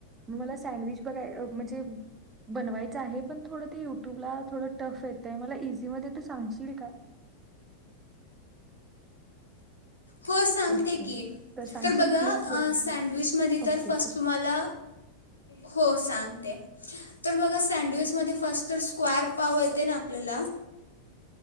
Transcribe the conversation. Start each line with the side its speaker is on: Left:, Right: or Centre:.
Right: मग मला सँडविच बघा अ म्हणजे बनवायचं आहे. पण थोडं ते युट्यूबला थोड टफ येतयं मला इझी मध्ये तु सांगशील का?
Left: हो सांगते
Right: ओके
Left: की,
Right: सांगशील
Left: तर बघा
Right: प्लीज हेल्प
Left: सँडविचमध्ये
Right: ओके
Left: तर फस्ट तुम्हाला हो सांगते. तर बघा सँडविचमध्ये फस्ट तर <unintelligible> पाव येते ना आपल्याला.